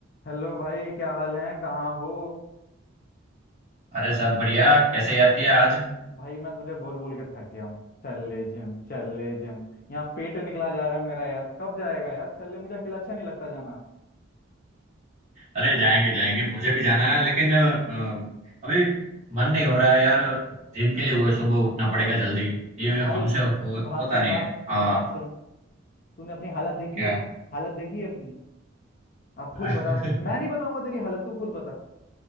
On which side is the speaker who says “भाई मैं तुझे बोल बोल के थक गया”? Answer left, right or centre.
Left